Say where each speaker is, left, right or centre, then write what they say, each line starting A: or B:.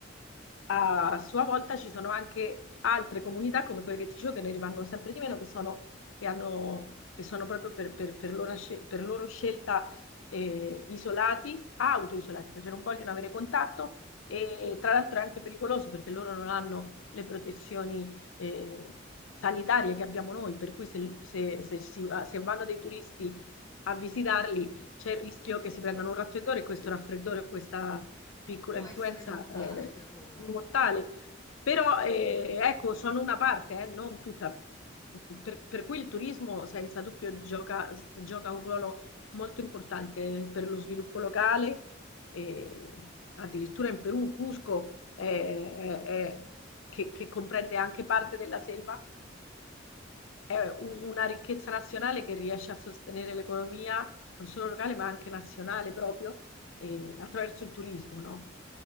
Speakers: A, on the left (about 80°); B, on the left (about 20°).
A: a sua volta ci sono anche altre comunità come quelle che ti dicevo che ne rimangono sempre di meno, che sono, che hanno, che sono proprio per, per- per loro, scel- per loro scelta eh, isolati, autoisolati, perché non vogliono avere contatto e tra l'altro è anche pericoloso perché loro non hanno le protezioni eh, sanitarie che abbiamo noi, per cui se, se- se si- se vanno dei turisti a visitarli c'è il rischio che si prendano un raffreddore e questo raffreddore o piccola
B: Può
A: influenza
B: essere mortale
A: eh,
B: per loro.
A: mortale. Però eh, ecco, sono una parte, eh, non tutta. Per, per cui il turismo senza dubbio gioca, gioca un ruolo molto importante per lo sviluppo locale. e addirittura in Perù, Cusco, eh, eh, eh, che, che comprende anche parte della selva, è u- una ricchezza nazionale che riesce a sostenere l'economia non solo locale ma anche nazionale proprio eh, attraverso il turismo, no?